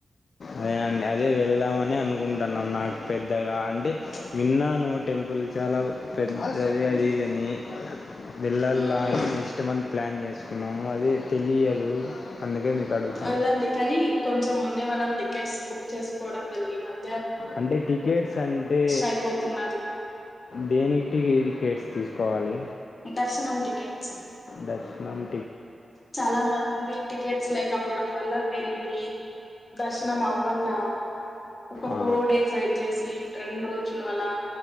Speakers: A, on the left; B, on the left.
A: అదే అండి అదే వెళదామనే అనుకుంటున్నాం నాకు పెద్దగా అండి విన్నాను టెంపుల్ చాలా పెద్దది అది అని వెళ్ళాలా
B: మ్మ్
A: అని నెక్స్ట్ మంత్ ప్లాన్ చేసుకున్నాము అది తెలియదు అందుకే మీకు అడుగుతాం
B: అలాండి కానీ కొంచం దే మనం టికెట్స్ బుక్ చేసుకోవడం వెళ్లి మాక్
A: అంటే టికెట్స్ అంటే
B: అయిపోతున్నది
A: దేనిక్ టీ టికెట్స్ తీసుకోవాలి
B: దర్శనం టికెట్స్
A: దర్చ్ నామ్
B: చాలా మంది టికెట్స్ లేకపోవడం వల్ల వెళ్ళి దర్శనం అవకా ఒకొక్క
A: ఆ,
B: ఫోర్ డేస్ వెయిట్ చేసి రెండు రోజులు అలా